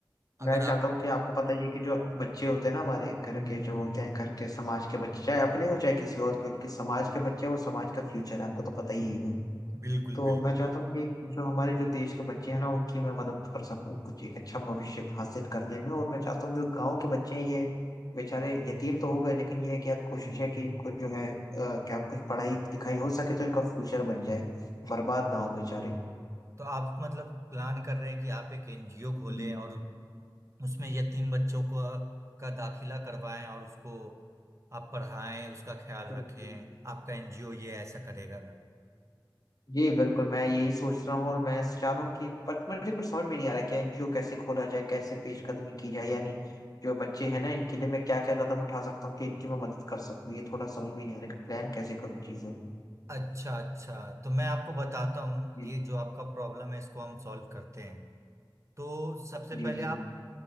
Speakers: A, on the right; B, on the left.
A: अगर
B: मैं
A: आप
B: चाहता हूँ कि आपको पता ही है कि जो बच्चे होते हैं ना हमारे घर के जो होते हैं घर के समाज के बच्चे चाहे अपने हो चाहे किसी और के उनके समाज के बच्चे हैं वो समाज का फ्यूचर है आपको तो पता ही है
A: बिल्कुल
B: तो
A: बिल्कुल
B: मैं चाहता हूँ कि जो हमारे जो देश के बच्चे हैं ना उनकी मैं मदद कर सकूँ कुछ एक अच्छा भविष्य हासिल करने में और मैं चाहता हूँ जो गाँव के बच्चे हैं ये बेचारे यतीम तो हो गए लेकिन ये है कि आप कोशिश है कि इनको जो है अ, क्या कुछ पढ़ाई लिखाई हो सके तो इनका फ्यूचर बन जाए बर्बाद ना हो बेचारे
A: तो आप मतलब प्लान कर रहे हैं कि आप एक एनजीओ खोलें
B: हम्म।
A: और उसमें यतीम बच्चों को का दाखिला करवाएं और उसको आप पढ़ाएं उसका ख्याल
B: जी,
A: रखें
B: जी।
A: आपका एनजीओ ये ऐसा करेगा ना
B: जी बिल्कुल मैं यही सोच रहा हूँ और मैं चाह रहा हूँ कि पर मुझे कुछ समझ में नहीं आ रहा कि एनजीओ कैसे खोला जाए कैसे पेशकदमी की जाए यानी जो बच्चे हैं ना इनके लिए मैं क्या क्या कदम उठा सकता हूँ कि इनकी मैं मदद कर सकूँ ये थोड़ा समझ में नहीं आ रहा कि प्लान कैसे करूँ चीजें
A: अच्छा अच्छा तो मैं आपको बताता हूँ
B: जी
A: ये जो आपका प्रॉब्लम है इसको हम सॉल्व करते हैं तो सबसे
B: जी
A: पहले आप